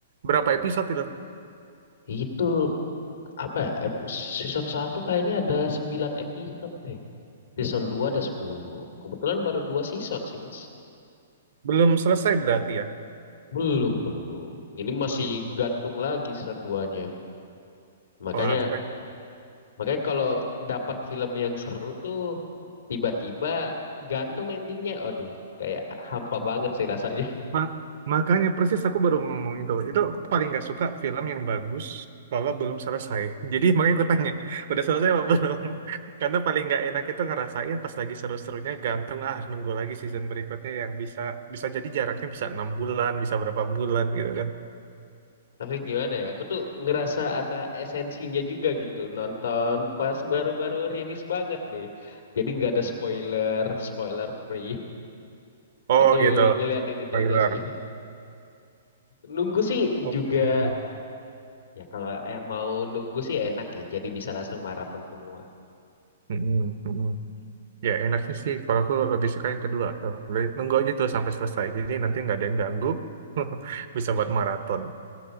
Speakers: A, on the right; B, on the left.
A: Berapa
B: Sini.
A: episode itu?
B: Itu apa ya ep- season satu kayaknya ada 9 episode deh season 2 ada sepuluh kebetulan baru 2 season sih mas
A: Belum selesai berarti ya?
B: belum belum ini
A: Oh,
B: masih
A: Gitu.
B: gantung lagi season duanya makanya
A: Wah, aku- eh,
B: makanya kalau dapat film yang seru tuh tiba-tiba gantung endingnya aduh kayak hampa banget sih rasanya
A: ma- makanya persis aku baru ngomong itu. Itu aku paling nggak suka film yang bagus kalau belum selesai. <laughs> Jadi makanya aku tanya, udah selesai apa belum? <laughs> Karena paling nggak enak itu ngerasain pas lagi seru-serunya gantung ah nunggu lagi season berikutnya yang bisa bisa jadi jaraknya bisa enam bulan, bisa berapa bulan gitu kan.
B: <laughs> tapi gimana ya aku tuh ngerasa ada esensinya juga gitu nonton pas baru-baru rilis banget nih jadi nggak ada spoiler spoiler free
A: Oh
B: Aku
A: gitu.
B: ngeliatin itunya
A: Spoiler.
B: sih. Nunggu sih
A: Oh,
B: juga
A: gitu.
B: ya kalau yang mau nunggu sih enak ya. Jadi bisa langsung maraton semua.
A: Mm-mm, mm-mm. Ya enaknya sih kalau aku lebih suka yang kedua tuh. Lebih Nunggu aja tuh sampai selesai. Jadi nanti nggak ada yang ganggu. <laughs> Bisa buat maraton.